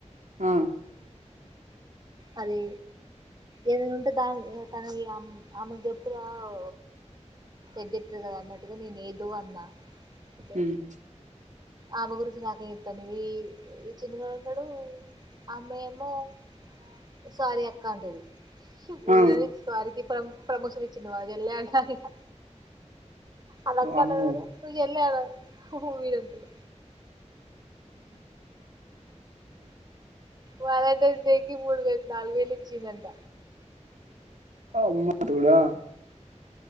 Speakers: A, on the right; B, on the right.
A: ఆ
B: అదీ ఏదైనా ఉంటే దాని తనకి ఆమెకు చెప్పునావ్ ఎద్దెట్దు గా అన్నట్టుగా నేను ఏదో అన్నా అయితే
A: మ్ మ్చ్
B: ఆమె గురించి నాకే చెప్తాంను ఈ ఈ చిన్నగాడు ఉంటడు అమ్మయ్ ఏమోసారీ అక్క అంటది వొదిని
A: ఆ
B: స్వారికి పం ప్రొమోషన్ ఇచ్చింది మా చెల్లే అంటాది ఇహ అలా అక్క
A: వామ్మో
B: అన్నది కదా నువ్ చెల్లేఅను <unintelligible> వాలెంటైన్స్ డే కి మూడు వేలు నాలుగు వేలు ఇచ్చిందంట
A: అమ్మా తోడా